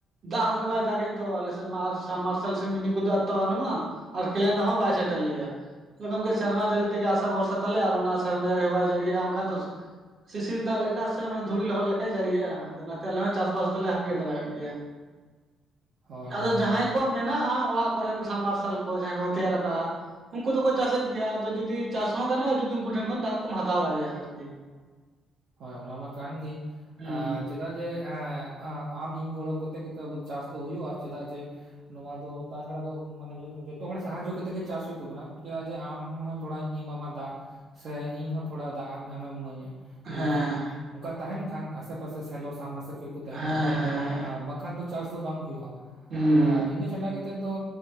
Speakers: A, on the right; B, on the right.
A: ᱫᱟᱜ ᱦᱚᱸᱜ ᱵᱟᱭ ᱫᱟᱜᱮᱫ ᱫᱚ ᱟᱞᱮᱥᱮᱫ ᱢᱟ ᱥᱟᱼᱢᱟᱨᱥᱟᱞ ᱥᱮ ᱢᱤᱱᱤ ᱠᱚᱫᱚ ᱛᱚ ᱵᱟᱹᱱᱩᱜᱼᱟ ᱟᱨ ᱠᱮᱱᱮᱱ ᱫᱟᱜ ᱦᱚᱸ ᱵᱟᱭ ᱥᱮᱴᱮᱨ ᱞᱮᱭᱟ ᱜᱚᱢᱠᱮ ᱥᱮᱨᱢᱟ ᱡᱟᱹᱲᱤ ᱛᱮᱜᱮ ᱟᱥᱟ ᱵᱷᱚᱨᱥᱟ ᱛᱟᱞᱮ ᱟᱨ ᱚᱱᱟ ᱥᱮᱨᱢᱟ ᱡᱟᱹᱲᱤ ᱦᱚᱸ ᱵᱟᱭ ᱡᱟᱹᱲᱤᱭᱮᱫᱼᱟ ᱚᱱᱠᱟ ᱫᱚ ᱥᱤᱥᱤᱨ ᱫᱟᱜ ᱞᱮᱠᱟ ᱥᱮ ᱚᱱᱟ ᱫᱷᱩᱲᱤ ᱞᱚᱦᱚᱫ ᱞᱮᱠᱟᱭ ᱡᱟᱲᱤᱭᱮᱜᱼᱟ ᱟᱫᱚ ᱚᱱᱟᱛᱮ ᱟᱞᱮ ᱦᱚᱸ ᱪᱟᱥᱵᱟᱥ ᱫᱚᱞᱮ ᱦᱟᱹᱯᱤ ᱦᱟᱛᱟᱲ ᱟᱠᱟᱫ ᱜᱮᱭᱟ
B: ᱦᱳᱭ
A: ᱟᱫᱚ
B: ᱦᱳᱭ
A: ᱡᱟᱦᱟᱸᱭ
B: ᱦᱳᱭ
A: ᱠᱚᱣᱟᱜ ᱢᱮᱱ ᱢᱮᱱᱟᱜᱼᱟ ᱚᱲᱟᱜ ᱠᱚᱨᱮ ᱥᱟᱵ ᱢᱟᱨᱥᱟᱞ ᱠᱚ ᱡᱟᱦᱟᱸᱭ ᱠᱚ ᱛᱮᱭᱟᱨ ᱠᱟᱜᱼᱟ ᱩᱱᱠᱩ ᱫᱚᱠᱚ ᱪᱟᱥᱮᱫ ᱜᱮᱭᱟ ᱟᱫᱚ ᱡᱩᱫᱤ ᱪᱟᱥ ᱦᱚᱸ ᱜᱟᱱᱚᱜᱼᱟ ᱡᱩᱫᱤ ᱩᱱᱠᱩ ᱴᱷᱮᱱ ᱠᱷᱚᱱ ᱫᱟᱜ ᱠᱚᱢ ᱦᱟᱛᱟᱣ ᱫᱟᱲᱮᱭᱟᱜᱼᱟ ᱟᱨᱠᱤ
B: ᱦᱳᱭ ᱚᱱᱟ ᱢᱟ ᱠᱟᱱ ᱜᱮ
A: ᱦᱩᱸ
B: ᱟᱸᱻ ᱪᱮᱫ ᱠᱟᱴᱮ ᱮᱸᱜ ᱟᱜ ᱟᱢ ᱤᱧ ᱜᱚᱲᱚ ᱠᱟᱛᱮᱜ ᱜᱮᱛᱚ ᱪᱟᱥ ᱫᱚ ᱦᱩᱭᱩᱜᱼᱟ ᱪᱮᱫᱟᱜ ᱡᱮ ᱱᱚᱣᱟ ᱫᱚ ᱛᱟᱪᱷᱟᱲᱟ ᱫᱚ ᱢᱟᱱᱮ ᱡᱚᱛᱚ ᱦᱚᱲ ᱥᱟᱦᱟᱡᱚ ᱠᱟᱛᱮᱜ ᱜᱮ ᱪᱟᱥ ᱦᱩᱭᱩᱜ ᱛᱟᱵᱚᱱᱟ ᱪᱮᱫᱟᱜ ᱡᱮ ᱟᱢ ᱛᱷᱚᱲᱟᱧ ᱮᱢᱟᱢᱟ ᱫᱟᱜ ᱥᱮ ᱤᱧ ᱦᱚᱸ ᱛᱷᱚᱲᱟ ᱫᱟᱜ ᱟᱢᱮᱢ ᱤᱢᱟᱹᱧᱟ ᱡᱩᱚᱫᱤ
A: ᱦᱮᱸ
B: ᱚᱱᱠᱟ ᱛᱟᱦᱮᱱ ᱠᱷᱟᱱ ᱟᱥᱮᱯᱟᱥᱮ ᱥᱮᱞᱚ ᱥᱟᱢᱵᱟᱥᱯᱤᱞ ᱠᱚ ᱛᱟᱦᱮᱱ
A: ᱦᱮᱸ
B: ᱠᱷᱟᱱ
A: ᱦᱮᱸ
B: ᱵᱟᱝᱠᱷᱟᱱ ᱫᱚ ᱪᱟᱥ ᱫᱚ ᱵᱟᱝ ᱦᱩᱭᱩᱜᱼᱟ
A: ᱦᱩᱸ
B: ᱟᱹᱜ ᱤᱱᱟᱹ ᱪᱷᱟᱰᱟ ᱠᱟᱛᱮᱫ ᱫᱚ